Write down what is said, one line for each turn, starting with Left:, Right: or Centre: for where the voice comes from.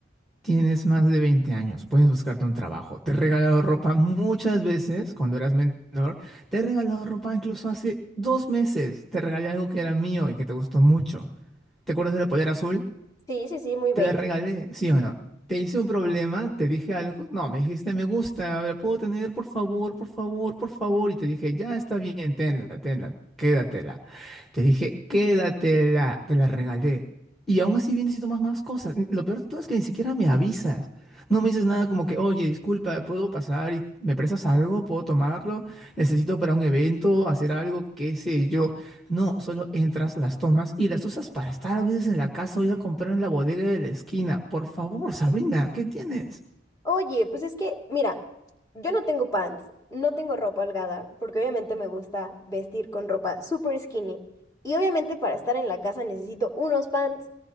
Centre: Tienes más de 20 años, puedes buscarte un trabajo. Te he regalado ropa muchas veces cuando eras menor. Te he regalado ropa incluso hace dos meses. Te regalé algo que era mío y que te gustó mucho. ¿Te acuerdas de la polera azul?
Left: Sí, sí, sí, muy bella.
Centre: Te la regalé, ¿sí o no? Te hice un problema, te dije algo. No, me dijiste me gusta, la puedo tener, por favor, por favor, por favor. Y te dije, ya está bien, tenla, tenla, quédatela. Te dije, quédatela, te la regalé. Y aún así vienes y tomas más cosas. N- Lo peor de todo es que ni siquiera me avisas. No me dices nada como que, oye, disculpa, ¿puedo pasar y me prestas algo? ¿Puedo tomarlo? Necesito para un evento, hacer algo, qué sé yo. No, solo entras, las tomas y las usas para estar a veces en la casa o ir a comprar en la bodega de la esquina. Por favor, Sabrina, ¿qué tienes?
Left: Oye, pues es que, mira, yo no tengo pants, no tengo ropa holgada, porque obviamente me gusta vestir con ropa super skinny. Y obviamente para estar en la casa necesito unos pants,